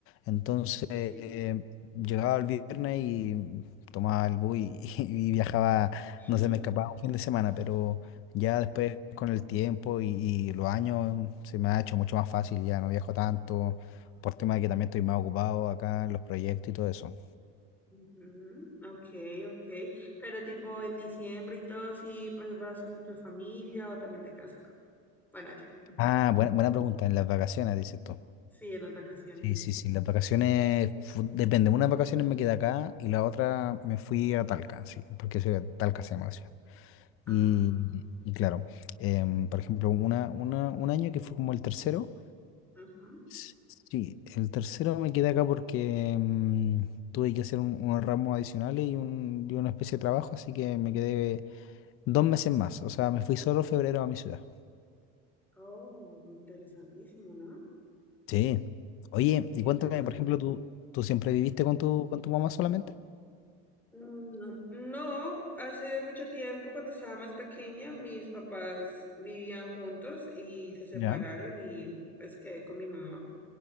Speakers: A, on the left; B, in the centre.
A: Entonces, eh,
B: sí.
A: llegaba el viernes y tomaba el bus y, <laughs> y viajaba,
B: <laughs>
A: no sé, me escapaba un fin de semana, pero ya después con el tiempo y, y los años mm, se me ha hecho mucho más fácil, ya no viajo tanto, por tema de que también estoy más ocupado acá en los proyectos y todo eso.
B: Ujú, Ok, ok. Pero tipo en diciembre y todo, sí, pues vas donde tu familia o también te quedas acá. Bueno, allá. Mm,
A: Ah, buena, buena pregunta, en las vacaciones, dices tú.
B: Sí, en las vacaciones.
A: Sí, sí, sí, las vacaciones, fu- depende, unas vacaciones me quedé acá y la otra me fui a Talca, sí, porque soy Talca se llama la ciudad.
B: Ah,
A: Y, y claro, em, por ejemplo, una, una- un año que fue como el tercero,
B: ujú.
A: s- sí, el tercero me quedé acá porque em, tuve que hacer un- unos ramos adicionales y, un, y una especie de trabajo, así que me quedé dos meses más, o sea, me fui solo febrero a mi ciudad.
B: Oh, interesantísimo, ¿no?
A: Sí. Oye, y
B: Irte
A: cuéntame,
B: solo.
A: por ejemplo, ¿tú, tú siempre viviste con tu, con tu mamá solamente?
B: Mm, No, no, hace mucho tiempo, cuando estaba más pequeña, mis papás vivían juntos y se separaron
A: Ya.
B: y pues quedé con mi mamá.